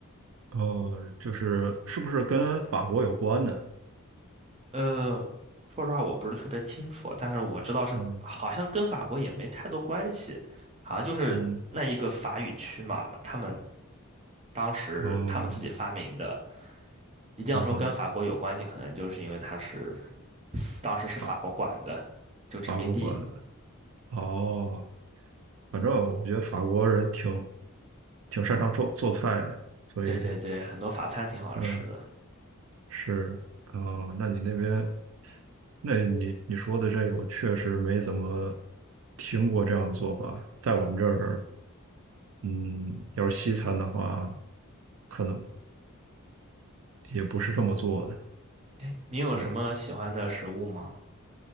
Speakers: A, on the right; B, on the right.
A: 哦，就是是不是跟法国有关的？
B: 呃，说实话我不是特别清楚，但是我知道是好像跟法国也没太多关系，
A: 嗯
B: 好像就是那一个法语区嘛，
A: 嗯
B: 他们当时他们自己发明的，
A: 哦
B: 一定要说跟法国有关系，
A: 有可能
B: 可能就是因为它是当时是法国管的，
A: 法
B: 就殖民地。
A: 法国管的哦。反正我觉得法国人挺挺擅长做做菜的，所以
B: 对对对，很多法餐挺好吃的。
A: 嗯是哦。那你那边，那你你说的这个，我确实没怎么听过这样的做法。在我们这儿，嗯，要是西餐的话，可能也不是这么做的。
B: 哎，你有什么喜欢的食物吗？
A: 对，